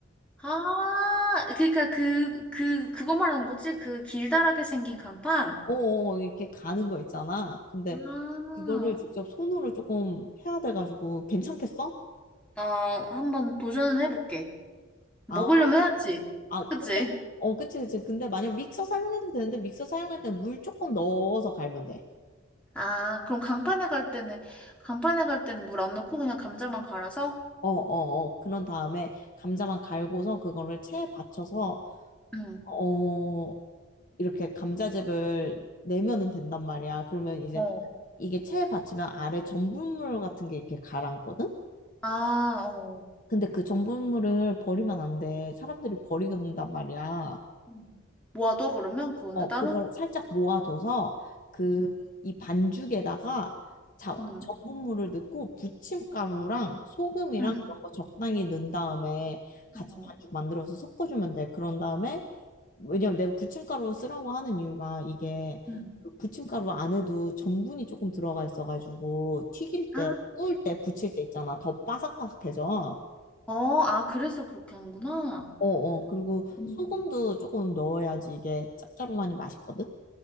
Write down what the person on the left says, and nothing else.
어어, 이렇게 가는 거 있잖아. 근데
그거를 직접 손으로 조금 해야 돼가지고 괜찮겠어?
아,
아,
근데, 어, 그치, 그치. 근데 만약 믹서 사용해도 되는데, 믹서 사용할 때 물 조금 넣어서 갈면 돼.
어, 어, 어. 그런 다음에 감자만 갈고서 그거를 체에 받쳐서,
어, 이렇게 감자즙을 내면은 된단 말이야. 그러면 이제
이게 체에 받치면 아래 전분물 같은 게 이렇게 가라앉거든?
근데 그 전분물을 버리면 안 돼. 사람들이 버리는단 말이야.
어,
그걸 살짝 모아줘서 그
이 반죽에다가 자,
전분물을 넣고 부침가루랑 소금이랑
그런 거 적당히 넣은 다음에 같이
반죽 만들어서 섞어주면 돼. 그런 다음에 왜냐면 내가 부침가루 쓰라고 하는 이유가 이게
그 부침가루 안에도 전분이 조금 들어가 있어가지고 튀길
때, 구울 때, 부칠 때 있잖아. 더 바삭바삭해져.
어어. 그리고
소금도 조금 넣어야지 이게 짭짤하니 맛있거든.